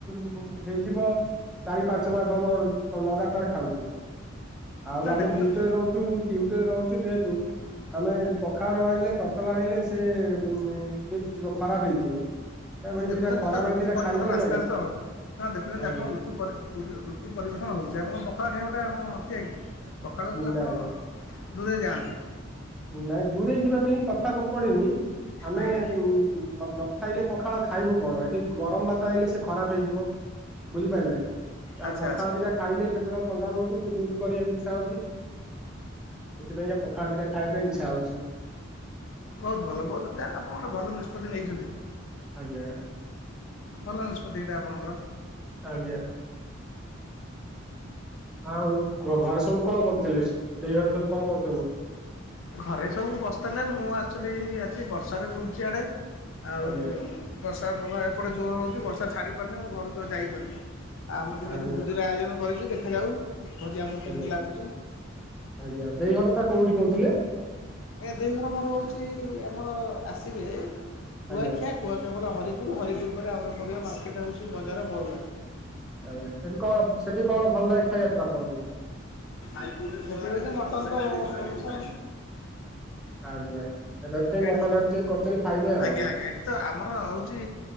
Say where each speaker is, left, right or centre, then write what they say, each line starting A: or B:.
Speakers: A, in the centre; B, on the left.
A: ଉ, ହେଇଯିବ ଚାରି ପାଞ୍ଚ ମାସ ହବ ଲଗାତାର ଖାଉଚୁ, ଆଉ
B: ନା
A: ଆମେ
B: ଦେଖୁଛନ୍ତି
A: ଡ୍ୟୁଟିରେ ରହୁ ତୁ ଡ୍ୟୁଟିରେ ରହୁଚି ଯେହେତୁ ଆମେ ପଖାଳ ନ ଆଇଁଲେ ତତଲା ଆଇଁଲେ ସେ ଉଁ ଏ ଇଏ ହେଇଯିବ। ଖରାପ ହେଇଯିବ। ଏମିତି
B: ଦେଖୁଛନ୍ତି
A: ଦିଟା ଖରା
B: ତ
A: ବେଳେ
B: ଋତୁ
A: ଦିଟା
B: ପରିବର୍ତ୍ତନ
A: ଖାଇବୁ ନା ନାଇଁ
B: ଆସ୍ତେ ଆସ୍ତେ ହଉ ହଁ ଦେଖୁଛନ୍ତି
A: ଆଜ୍ଞା
B: ଆପଣ ଋ ଋତୁ ପରି ଏ ପୁରି ଋତୁ ପରିବର୍ତ୍ତନ ହଉଛି ଆପଣ ପଖାଳ ଖାଇବାଟା କଁ ଅଖିଆ କି ପଖାଳକୁ ଆପଣ
A: ନାଇଁ
B: ଦୂରେଇ ଯାଆନ୍ତୁ।
A: ନାଇଁ ଦୂରେଇ ଯିବାକୁ ହିଁ କଥା ପଡିନି ଆମେ
B: ଆଜ୍ଞା
A: ଉଁ <unintelligible> ଖାଇଲେ ପଖାଳ ଖାଇବୁ କଣ ଏଠି ଗରମ ଭାତ ଆଇଲେ ସେ ଖରାପ ହେଇଯିବ ବୁଝିପାରିଲେ।
B: ଆଚ୍ଛା
A: ଆ ପଖାଳ
B: ଆଚ୍ଛା
A: ଦି ଟା ଖାଇଲେ ପେଟଟା ଥଣ୍ଡା ରହୁଚି ଟିକେ ଡିଉଟି କରିବାକୁ ଇଚ୍ଛା ହଉଚି। ସେଥିପାଇଁକା ପଖାଳ ଦିଟା ଖାଇବା ପାଇଁ ଇଚ୍ଛା ହଉଚି।
B: ବୋହୁତ ଭଲ ବୋହୁତୁ ଯା ଆପଣ ଗୋଟେ ଭଲ ନିଷ୍ପତ୍ତି ନେଇଛନ୍ତି।
A: ଆଜ୍ଞା
B: ଭଲ ନିଷ୍ପତ୍ତି ଏଇଟା ଆପଣଙ୍କର।
A: ଆଜ୍ଞା। ଆଉ ଘ ଘରେ ସବୁ କଁ କରୁଥିଲେ ଦେଇ ଘରେ ସବୁ କଁ କରୁଛନ୍ତି?
B: ଘରେ ସବୁ ବସିତେଲେ ମୁଁ ଆକ୍ଚୁଏଲି ଆସି ବର୍ଷାରେ ବୁଲୁଚି ଆଡେ ଆଉ
A: ଆଜ୍ଞା
B: ବର୍ଷାର ପ୍ରଭାବ ଏପଟେ ଜୋର ହଉଚି ବର୍ଷା ଛାଡି ପାରୁନିଁ ମୁଁ ଘରକୁ ଆଉ ଯାଇପାରୁନି। ଆମ ଟିକେ
A: ଆଜ୍ଞା
B: ଆଜି ଭୋଜିର ଆୟୋଜନ କରିଚୁ ଦେଖାଯାଉ। ଭୋଜି ଆମକୁ କେମିତି
A: ଆଜ୍ଞା
B: ଲାଗୁଛି।
A: ଆଜ୍ଞା ଦେଇ ଘରଟା କୋଉଠି କହୁଥିଲେ?
B: ଆଜ୍ଞା ଦେଇଘର ମୋର ହଉଚି ଆମର ଆସିବେ କୁଆଖିଆ
A: ଆଜ୍ଞା
B: କୁଆଖାଇ ପରେ ହରିପୁର ହରିପୁର ପରେ ଆମର ପଡିବ ମାର୍କେଟ ହଉଚି ବଜାର ବରୁଆଁ।
A: ଆଜ୍ଞା ସେଠି କଁ ସେଠି କଣ ଭଲ ଲାଗେ ଖାଇଆକୁ ଆପଣଙ୍କୁ?
B: ଏଠି ହେଇଟି ମଟନଟା ଫେମସ।
A: ଆଜ୍ଞା ତ ସେଇଥିପାଇଁ
B: ଏଇଠି
A: ମଟନ
B: ତ
A: ଆଜି କରିଚନ୍ତି ଖାଇବେ ଆଉ।
B: ଆଜ୍ଞା ଆଜ୍ଞା ଏଠି ତ ଆମର ଆଉଚି